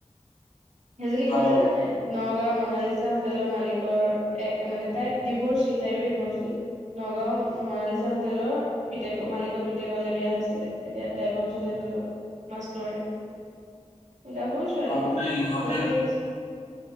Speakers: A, on the right (about 80°); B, on the left (about 75°).
A: হেজনি
B: ভাল
A: কোন জনা
B: হ'ল
A: নাই? নগাঁওৰ মনালিচা হোটেলৰ মালিকৰ এক মানে তাই ডিভৰ্চি তাইও ডিভৰ্চি নগাঁও মনালিচা হোটেলৰ পিতেকৰ মালিকৰ পিতেকৰলে বিয়া হৈছিলে এতিয়া দাইভোচ ওচৰ গাভৰু ছোৱালী
B: তাৰমানে ইহঁতে
A: ফটো দেখিছে